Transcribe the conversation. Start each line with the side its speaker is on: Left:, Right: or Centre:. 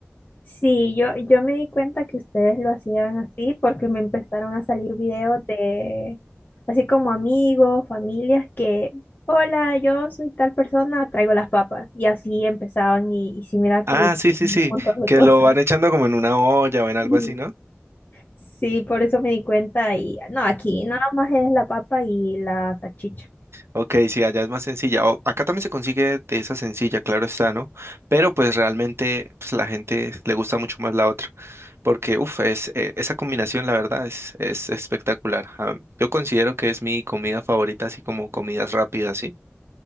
Left: Sí, yo, yo me di cuenta que ustedes lo hacían así porque me empezaron a salir videos de, así como amigos, familias que, hola, yo soy tal persona, traigo las papas. Y así empezaban y, y sí, mira que
Right: Ah,
Left: le echaban
Right: sí, sí,
Left: un
Right: sí,
Left: montón de
Right: que
Left: cosas.
Right: lo van echando como en una olla o en algo
Left: Y
Right: así, ¿no?
Left: sí, por eso me di cuenta y, no, aquí nada más es la papa y la salchicha.
Right: Ok, sí, allá es más sencilla. O- acá también se consigue de esa sencilla, claro está, ¿no? Pero pues realmente pues, la gente le gusta mucho más la otra, porque, uff, es, eh, esa combinación, la verdad, es, es espectacular. Ah, yo considero que es mi comida favorita, así como comidas rápidas, ¿sí?